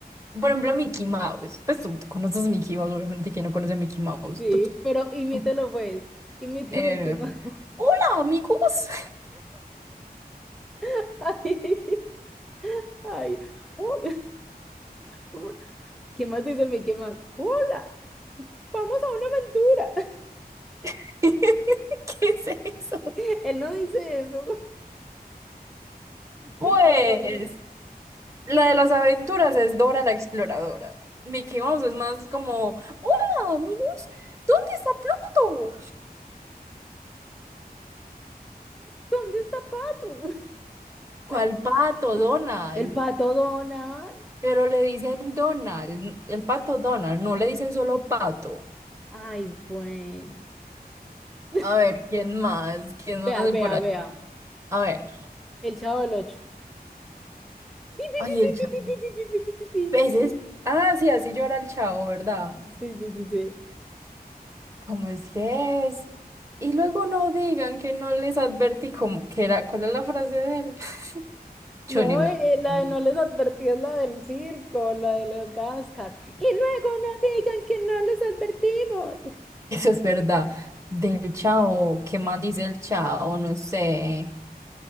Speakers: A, on the right; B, in the centre.
A: por ejemplo, Mickey Mouse. Pues tú, tú conoces Mickey Mouse, obviamente, ¿quién no conoce a Mickey Mouse?
B: Sí,
A: Tú-
B: pero
A: tú-
B: imítelo pues. Imíteme,
A: eh,
B: ¿qué más?
A: hola, amigos.
B: <laughs> Ay, ay. Uh, <laughs> ¿Qué más dice mi qué ¡Hola! Vamos a una aventura.
A: <laughs> ¿Qué es eso?
B: <laughs> Él no dice eso.
A: Pues,
B: Yo no me acuerdo.
A: La de las aventuras es Dora la exploradora. Mickey Mouse es más como, hola amigos, ¿dónde está Pluto?
B: ¿Dónde está Pato? <laughs>
A: ¿Cuál
B: Ay, no.
A: pato, Donald?
B: El pato Donald.
A: Pero le dicen Donald, el pato Donald, no le dicen solo pato.
B: Ay, bueno. <laughs>
A: A ver, ¿quién más? ¿Quién
B: Vea,
A: más hay
B: vea,
A: por aquí?
B: vea.
A: A ver.
B: El Chavo del Ocho. Pi, pi,
A: Ay,
B: pi, pi,
A: el chavo.
B: pi, pi, pi, pi, pi, pi, pi. pi.
A: Peces. Ah, sí, así llora el chavo, ¿verdad?
B: Sí, sí, sí, sí.
A: ¿Cómo es que es? Y luego no digan que no les advertí cómo, que era, ¿cuál es la frase de él? <laughs> Yo
B: No,
A: ni me
B: eh,
A: acuerdo.
B: eh, la de no les advertí es la del circo, la de los Gascar. Y luego no digan que no les advertimos. <laughs>
A: Eso es verdad. Del chao, ¿qué más dice el chao? No sé.